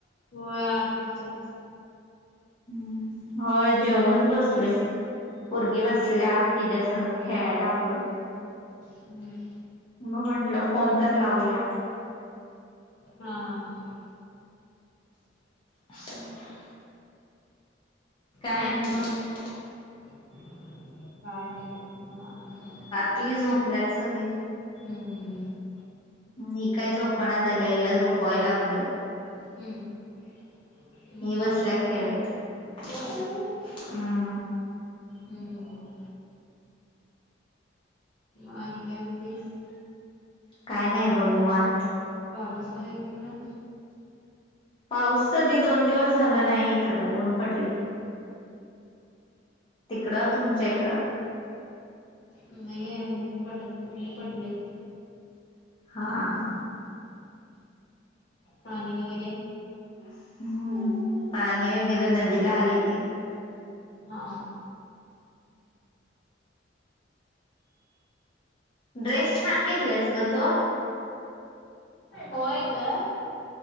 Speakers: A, on the left (about 65°); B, on the left (about 30°).
A: होय आठ ते चार असतील.
B: हम्म होय जेवूनच बसलोय पोरगी बसल्या मग तिच्या संघ खेळायला लागलोय.
A: हम्म
B: म म्हंटलं फोन तर लावूया.
A: हा हा हा.
B: <inaudible> काय
A: घरातली
B: आणि मग
A: काय नाही बग निवांत.
B: इथली झोपल्यात सगळी.
A: हम्म.
B: मी काय झोपणा झालंय हिला झोपवाय लागलोय.
A: हम्म. म
B: ही बसल्या
A: झोपल
B: खेळत.
A: होय.
B: हम्म.
A: हम्म आणि काय म्हणतेस.
B: काय नाय बघ निवांत.
A: पाऊस वगैरे तिला
B: पाऊस तधी दोन दिवस झालं नाही इकडं ऊन पडलंय. तिकडं तुमच्या इकडं.
A: नाही आहे ऊन पड ऊन पडलय.
B: हां हां.
A: पाणी वगैरे
B: हम्म पाणी वगैरे नदीला आलंय की
A: हां
B: ड्रेस छान घेतल्यास गं तो.
A: होय गं.